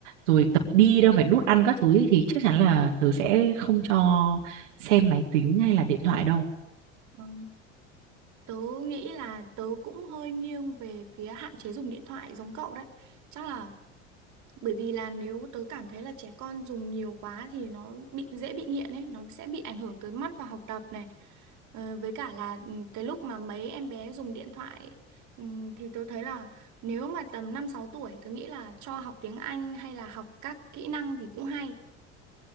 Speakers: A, on the right; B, on the right.
A: rồi tập đi đâu phải nút ăn các thứ ấy, thì chắc chắn là tớ sẽ không cho xem máy tính hay là điện thoại đâu
B: Ờ, Tớ nghĩ là tớ cũng hơi nghiêng về phía hạn chế dùng điện thoại giống cậu đấy. Chắc là bởi vì là nếu tớ cảm thấy là trẻ con dùng nhiều quá thì nó bị dễ bị nghiện ấy, nó sẽ bị ảnh hưởng tới mắt và học tập này. Ờ, với cả là ừ, cái lúc mà mấy em bé dùng điện thoại ừ, thì tớ thấy là nếu mà tầm 5 6 tuổi tớ nghĩ là cho học tiếng Anh hay là học các kỹ năng thì cũng hay.